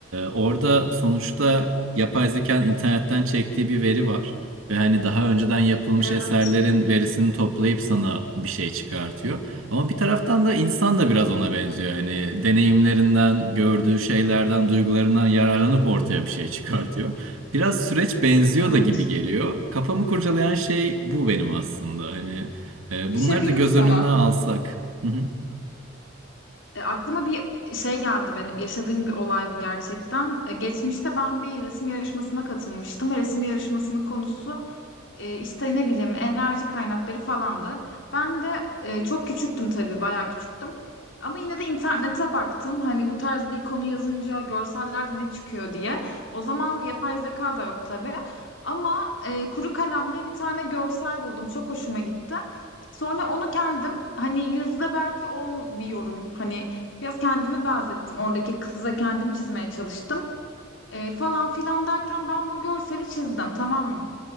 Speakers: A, on the right; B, on the left.
A: orada sonuçta yapay zekanın internetten çektiği bir veri var. Ve hani daha önceden yapılmış
B: Evet.
A: eserlerin verisini toplayıp sana bir şey çıkartıyor. Ama bir taraftan da insan da biraz ona benziyor. Yani deneyimlerinden, gördüğü şeylerden, duygularından yararlanıp ortaya bir şey çıkartıyor. Biraz süreç benziyor
B: Evet.
A: da gibi geliyor. Kafamı kurcalayan şey bu benim aslında. Hani e,
B: Bir
A: bunları
B: şey diyeyim
A: da göz
B: mi sana?
A: önünden alsak. Hı hı.
B: E, aklıma bir şey geldi benim. Yaşadığım bir olay bu gerçekten. E, geçmişte ben bir resim yarışmasına katılmıştım ve resim yarışmasının konusu e, işte ne bileyim enerji kaynakları falandı. Ben de e, çok küçüktüm tabii, bayağı küçüktüm. Ama yine de internete baktım. Hani bu tarz bir konu yazınca görsellerde ne çıkıyor diye. O zaman yapay zeka da yok tabii. Ama e, kuru kalemle bir tane görsel buldum. Çok hoşuma gitti. Sonra onu kendim hani yüzde belki 10 bir yorum hani Biraz kendimi benzettim. Oradaki kıza kendimi çizmeye çalıştım. Ee, falan filan derken ben bu görseli çizdim tamam mı?